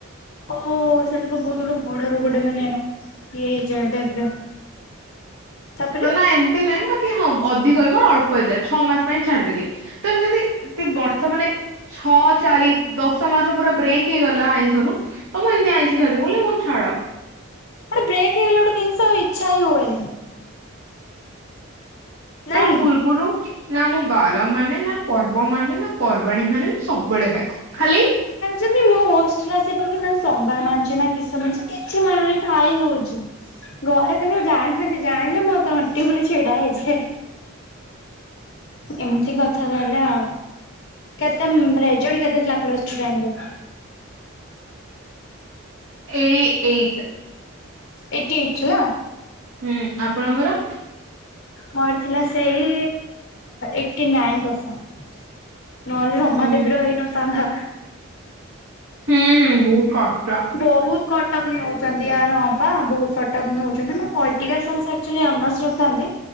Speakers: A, on the left (about 50°); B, on the right (about 80°).
A: ଓ ସେଟା ତ ବହୁତ ଗୋଟେ ବଡ ରୋଗ ଟେ ମାନେ ଇଏ ହେଇଯାଏ ଟାଇପ୍ ର।
B: ନା ନା ଏମିତି ନାହିଁ। ବାକି ହଁ ଅଧିକ ରେ ମୋର ଅଳପ ହେଇଥିଲା ଛଅ ମାସ ପାଇଁ ଛାଡିଦେଲି। ତମେ ଯଦି ବର୍ଷ ମାନେ ଛଅ ଚାରି ଦଶ ମାସ ପୁରା ବ୍ରେକ୍ ହେଇଗଲା ଆଇଁଷରୁ ତ ମୁଁ ଏମିତି ଆଇଁଷ ଛାଡିଦେବି ମୁଁ କହିଲି ମୁଁ ଛାଡ଼।
A: ଗୋଟେ ବ୍ରେକ୍ ହେଇଗଲେ ଗୋଟେ ଜିନିଷ ଇଛା ହିଁ ହୁଏନି।
B: ତା
A: ନାଇଁ
B: ପୂର୍ବୁରୁ ନା ମୁଁ ବାର ମାନେ ନା ପର୍ବ ମାନେ ନା ପର୍ବାଣୀ ମାନେ ମୁଁ ସବୁବେଳେ ହୁଏ ଖାଏ, ଖାଲି
A: ଯେମିତି ମୁଁ ହଷ୍ଟେଲ ଆସିବା ପୂର୍ବରୁ ସୋମବାର ମାନୁଛି ନା କିସ କିଛି ମାନୁନି ଖାଇ ହଉଛି। ଘରେ କେବଳ ଜାଣିଥାନ୍ତି ଜାଣିଲେ ମୋର ତଣ୍ଟି ଉପରେ ଛିଡା ହେଇଯିବେ। ଏମିତି କଥା ତାହଲେ ଆଉ। କେତେ ରେଜଲ୍ଟ କେତେ ଥିଲା ପ୍ଲସ ଟୁ ରେ?
B: ଏଇ ଏଇଟ୍
A: ଏଟି ଏଇଟି ନାଁ।
B: ହୁଁ ଆପଣଙ୍କର?
A: ମୋର ଥିଲା ସେଇ ଏଟି ନାଇନ ପରସେଣ୍ଟ। ନହେଲେ ରମାଦେବୀର
B: ହୁଁ
A: ହେଇନ ଥାନ୍ତା।
B: ହୁଁ ହୁଁ ବୋହୁତ କ
A: ବୋହୁତ କଟପ୍ ନେଉଚ <unintelligible> ବହୁତ କଟପ୍ ନଉଚନ୍ତି ମୁଁ ପଲିଟିକାଲ୍ ସାଇନ୍ସ ଆର୍ଚୋଲି ଅନର୍ସ ରଖଥାନ୍ତି।